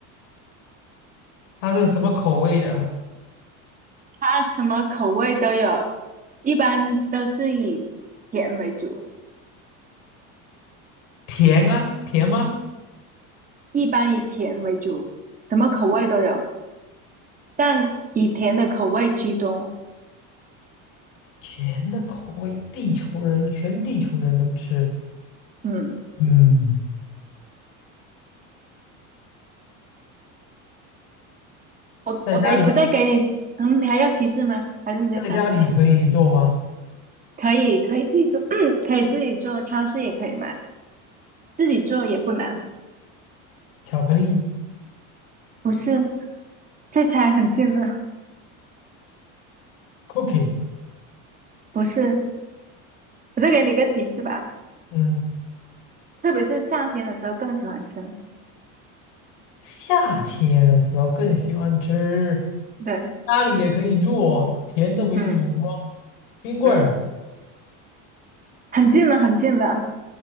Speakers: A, on the left; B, on the right.
A: 它是什么口味的啊？
B: 它什么口味都有，一般都是以甜为主。
A: 甜啊，甜吗？
B: 一般以甜为主，什么口味都有，但以甜的口味居多。
A: 甜的口味，地球人全地球人都吃。
B: 嗯，
A: 嗯，
B: 我我给我再给你，
A: 在家里
B: 嗯，你还要提示吗？还是你再想想？
A: 在家里可以做吗？
B: 可以，可以自己做，<clears throat> 可以自己做，超市也可以买，自己做也不难。
A: 巧克力
B: 不是，这猜很近了。
A: cookie。
B: 不是，我再给你一个提示吧，
A: 嗯，
B: 特别是夏天的时候更喜欢吃。
A: 夏天的时候更喜欢吃，
B: 对，
A: 家里也可以做甜的为主哦，
B: 嗯
A: 冰棍儿，
B: 嗯，很近了，很近了，